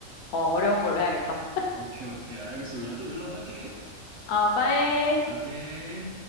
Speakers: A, on the left (about 60°); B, on the right (about 50°).
A: 어, 어려운 걸로 해야겠다.
B: 오케이, 오케이. 알겠어. 내가 또 연락할게.
A: 어, 빠이.
B: 오케이.